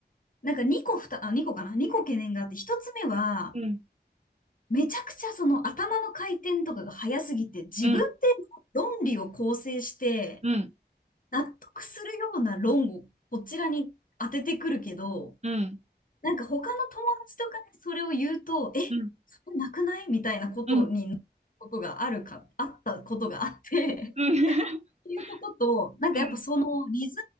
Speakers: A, on the left; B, on the right.
A: なんか2個たあ、2個かな ?2 個懸念があって、1つ目は、
B: うん、
A: めちゃくちゃその頭の回転とかが早すぎて、自分で論理を構成して、
B: うん、うん、うん、
A: 納得するような論をこちらに当ててくるけど、
B: うん、
A: なんか他の友達とかにそれを言うと、え、
B: うん、
A: それなくないみたいなことになることがあるか、
B: うん、
A: あったことがあって、
B: <laughs>
A: <laughs> っていうとこと、なんかやっぱそのリズ
B: うん、